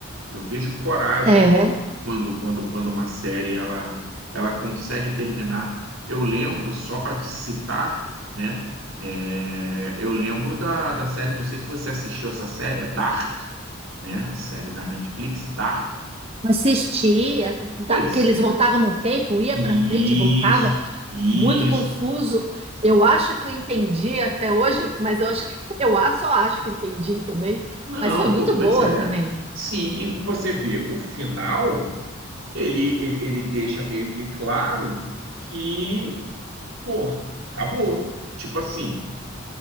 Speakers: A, on the right; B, on the right.
A: Eu vejo coragem
B: É,
A: quando quando quando uma série ela ela consegue terminar. Eu lembro só para te citar, né? é, eu lembro da, da série, não sei se você assistiu essa série, a Dark, né? A série da Netflix, Dark.
B: assistir,
A: Pois
B: que eles
A: é.
B: voltavam no tempo, ia
A: Isso,
B: para frente, voltava.
A: isso.
B: muito confuso. Eu acho que eu entendi até hoje, mas eu acho que <laughs> eu a- só acho que entendi também.
A: Não,
B: Mas foi
A: pô,
B: muito
A: pois
B: boa
A: é.
B: também.
A: Sim, e você vê, o final, ele, ele, ele deixa meio que claro que, pô, acabou. Tipo assim,